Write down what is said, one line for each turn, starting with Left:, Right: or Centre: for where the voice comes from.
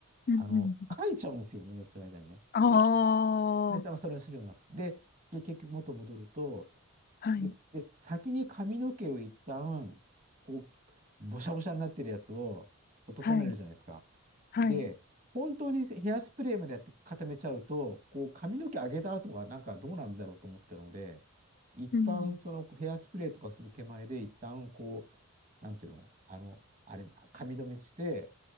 Left: うん。
Right: あの、書いちゃうんですよね、寝てる間にね。
Left: ああー、
Right: で、まあそれをするようになって。で、で結局元戻ると、
Left: はい。
Right: で、で、先に髪の毛を一旦、こう、ぼしゃぼしゃになってるやつを、こう整えるじゃないですか。
Left: はい。はい。
Right: で、本当にヘアスプレーまでやって固めちゃうと、こう、髪の毛上げた後がなんかどうなるんだろうと思ったので、一旦そのヘアスプレーとかする手前で、
Left: うん。
Right: 一旦こう、なんていうの、あの、あれ、髪留めして、